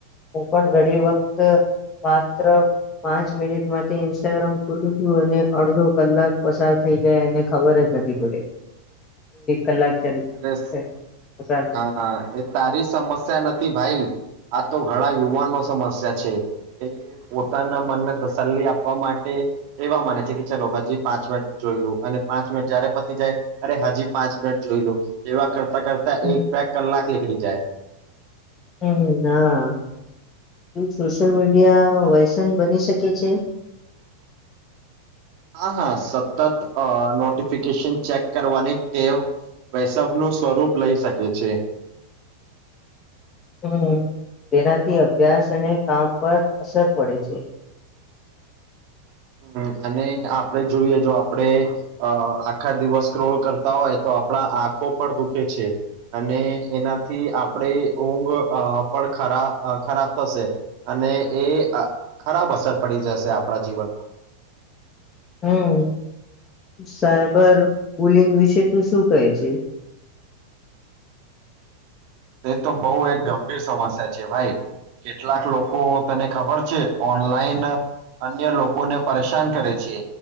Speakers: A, on the left; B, on the right.
A: હું પણ ઘણી વખત માત્ર પાંચ મિનિટ માંથી ઇન્સ્ટાગ્રામ ખુલું તયું અને અડધો કલાક પસાર થઈ જાય એને ખબર જ નથી. પડે. કલાક ચાલ
B: અરે
A: પસાર થાય
B: હા એ તારી સમસ્યા નથી ભાઈ. આ તો ઘણા યુવાનનો સમસ્યા છે, એ ઉતા ના મનને તસલી આપ આપવા માટે, એવા માને છે કે ચલો હજી પાંચ મિનિટ જોઈ લો અને પાંચ મિનિટ જયારે પતી જાય અરે હજી પાંચ મિનિટ જોઈ લો. એવા કરતા કરતા
A: હમ
B: એક બેગ કલાક નીકડી જાય.
A: હમ હા, સોશિયલ મીડિયા વસન બની શકે છે?
B: હા હા સતત અ નોટિફિકેશન ચેક કરવાની ટેવ, વૈશવનું સ્વરૂપ લઈ શકે છે.
A: હમ તેનાથી અભ્યાસ અને કામ પર અસર પડે છે.
B: હ અને આપડણે જોઈએ જો આપડણે આખા દિવસ ક્રોળ કરતા હોય તો આપણા આંખો પણ દુખે છે, અને એનાથી આપણે ઊંઘ પણ ખરા ખરાબ થશે, અને એ ખરાબ અસર પડી જશે આપણા જીવનમાં.
A: હમ, સાયબર બુલિંગ વિશે ત શું કહે છે.
B: તે તો બહુ એક ગંભીર સમસ્યા છે ભાઈ. કેટલાક લોકો તને ખબર છે. ઓનલાઈન અન્ય લોકોને પરેશાન કરે છે,